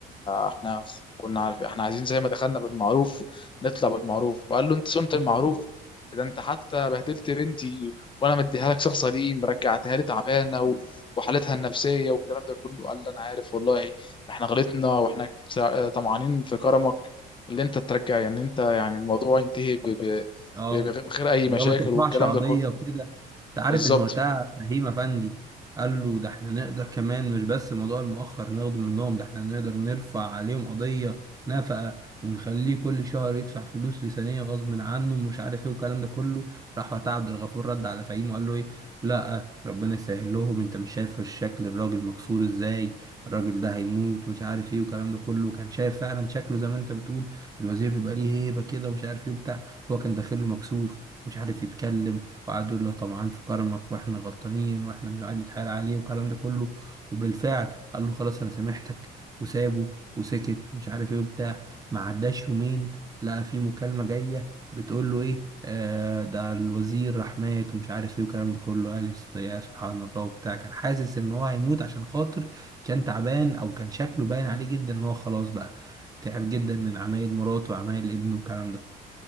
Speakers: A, on the left; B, on the right.
A: احنا كنا عارف احنا عايزين زي ما دخلنا بالمعروف نطلع بالمعروف فقال له انت صنت المعروف ده انت حتى بهدلت بنتي وانا مديها لك شخص غريب رجعتها لي تعبانه و... وحالتها النفسيه والكلام ده كله قال لي انا عارف والله احنا غلطنا واحنا سا- طمعانين في كرمك اللي انت ترجع يعني انت يعني الموضوع ينتهي ب... ب...
B: اه
A: ب... بغير اي مشاكل
B: اللي هو ما ترفعش
A: والكلام
B: قضية
A: ده كله
B: وكده انت عارف
A: بالظبط
B: ان وقتها فهيم افندي قال له ده احنا نقدر كمان مش بس موضوع المؤخر ناخده منهم ده احنا نقدر نرفع عليهم قضية نفقة ونخليه كل شهر يدفع فلوس لسانية غصب عنه ومش عارف ايه والكلام ده كله راح وقتها عبد الغفور رد على فهيم وقال له ايه لا ربنا يسهل لهم انت مش شايف الشكل الراجل مكسور ازاي الراجل ده هيموت ومش عارف ايه والكلام ده كله كان شايف فعلا شكله زي ما انت بتقول الوزير بيبقى ليه هيبة كده ومش عارف ايه وبتاع هو كان داخله مكسوف مش عارف يتكلم وقعدوا يقولوا له طمعان في كرمك واحنا غلطانين واحنا مش قاعد يتحايل عليه والكلام ده كله وبالفعل قال له خلاص انا سامحتك وسابه وسكت ومش عارف ايه وبتاع ما عداش يومين لقى في مكالمة جاية بتقول له ايه آه ده الوزير راح مات ومش عارف ايه والكلام ده كله قال يست- يا سبحان الله وبتاع كان حاسس ان هو هيموت عشان خاطر كان تعبان او كان شكله باين عليه جدا ان هو خلاص بقى تعب جدا من عمايل مراته وعمايل ابنه والكلام ده